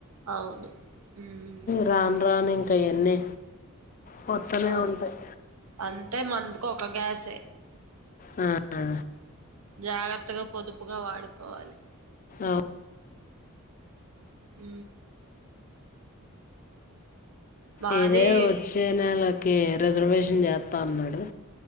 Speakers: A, on the right; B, on the left.
A: అవును మ్మ్
B: రాను రాను ఇంకా అవన్నీ పొత్తనే
A: అ
B: ఉంటాయి
A: అంతే మందుకు ఒక గ్యాసే
B: హ్మ్ హు
A: జాగ్రత్తగా పొదుపుగా వాడుకోవాలి
B: ఆప్
A: ఉ మాది
B: ఏదే వచ్చేనేల ఓకే రిజర్వేషన్ చేతా అన్నాడు